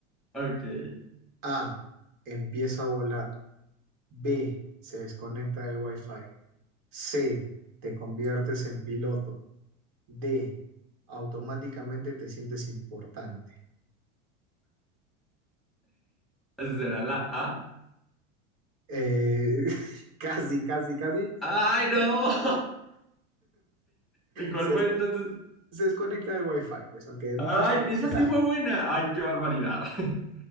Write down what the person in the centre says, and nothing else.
ok.
¿Será la A?
¡Ay, no!
<laughs> ¿Y cuál
fue
entonces?
¡Ay,
esa
sí
fue
buena! ¡Ay, qué barbaridad! <laughs>